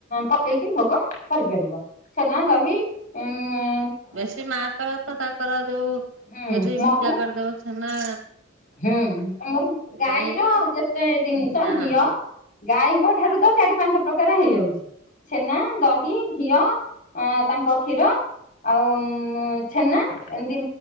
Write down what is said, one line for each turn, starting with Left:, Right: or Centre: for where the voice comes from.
Left: ପକେଇକି ଭୋଗ କରିପାରିବ ଛେନା ଦହି ଉ
Right: ବେଶୀ ମା କହ ତ ତାଙ୍କର ଯୋଉ
Left: ହୁଁ
Right: ଯଦି
Left: ମହୁ
Right: ପୂଜା କରିଦେବ ସେନା
Left: ହୁଁ ଆମର ଗାଈର
Right: ଦହି
Left: ଯେତେ ଜିନିଷ
Right: ଯାହା
Left: ଘିଅ ଗାଈଙ୍କ ଠାରୁ ତ ଚାରି ପାଞ୍ଚ ପ୍ରକାର ହେଇଯାଉଛି। ଛେନା ଦହି ଘିଅ ଆ ତାଙ୍କ କ୍ଷୀର ଆଉ ଛେନା ଏମତି